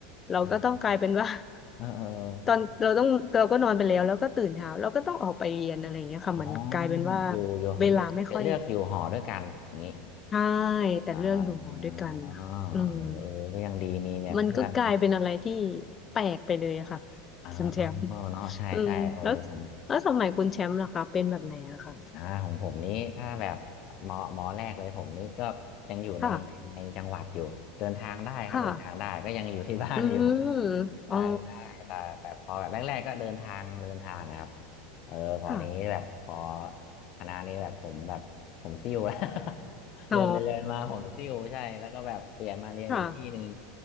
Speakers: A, on the left; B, on the left.
A: เราก็ต้องกลายเป็นว่า
B: อ่าอ่าเออเออ
A: <laughs> ตอนเราต้องเราก็นอนไปแล้วแล้วก็ตื่นเช้าเราก็ต้องออกไปเรียนอะไรเงี้ยค่ะเหมือนกลายเป็นว่า
B: อ๋ออยู่อยู่เดี๋ยวเลือกอยู่หอด้วยกันอย่างนี้
A: เวลาไม่ค่อยใช่แต่เรื่องอยู่หอด้วยกันค่ะอืม
B: อ่าเออเออก็ยังดีมีแบบเพื่อน
A: มันก็กลายเป็นอะไรที่แปลกไปเลยอะค่ะ
B: อ๋อ
A: คุณแชมป์
B: เนาะใช่ใช่เออผม
A: อืมแล้วแล้วสมัยคุณแชมป์ล่ะคะเป็นแบบไหนอะค่ะ
B: อ่าของผมนี้ถ้าแบบหมอหมอแรกเลยผมนี้ก็ยังอยู่ในในในจังหวัดอยู่เดินทางได้ครับเดินทางได้ก็ยังอยู่ที่บ้านอยู่
A: ค่ะค่ะอืม
B: ใช่ใช่แต่แบบพอแบบแรกๆก็เดินทางเดินทางนะครับ
A: อ๋อ
B: เออพอนี้แบบพอ
A: ค่ะ
B: คณะนี้แบบผมแบบผมซิ่วแล้ว <laughs> เรียนไปเรียนมาผมซิ่วใช่แล้วก็แบบเปลี่ยนมาเรียนอีกที่หนึ่ง
A: อ๋อค่ะ